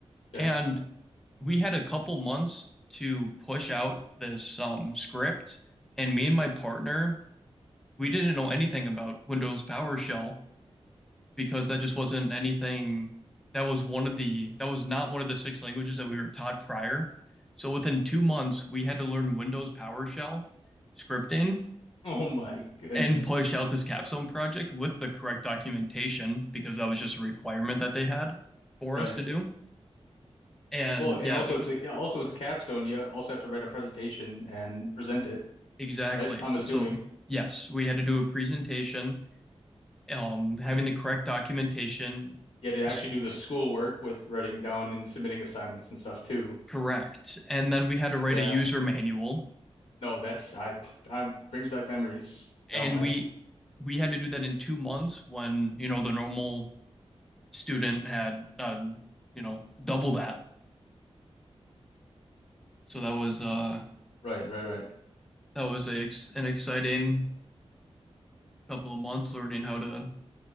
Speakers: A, on the left; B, in the centre.
A: Yeah.
B: And
A: <laughs>
B: we had a couple months to push out this um, script, and me and my partner, we didn't know anything about Windows PowerShell because that just wasn't anything that was one of the that was not one of the six languages that we were taught prior. So within two months, we had to learn Windows PowerShell scripting
A: Oh my goodness.
B: and push out this capstone project with the correct documentation because that was just a requirement that they had for
A: Right.
B: us to do. And
A: Well, and
B: yeah,
A: also
B: it
A: it's
B: was
A: a also it's a capstone. You also have to write a presentation and present it,
B: exactly.
A: right? I'm
B: So
A: assuming.
B: yes, we had to do a presentation, um, having the correct documentation,
A: You had
B: just
A: to actually do the schoolwork with writing down and submitting assignments and stuff too.
B: correct. And then we had to write
A: Yeah.
B: a user manual
A: No, that's I I brings back memories.
B: and
A: No, I
B: we we had to do that in two months when you know the normal student had um, you know double that. So that was uh
A: right, right, right,
B: that was a, an exciting couple of months learning how to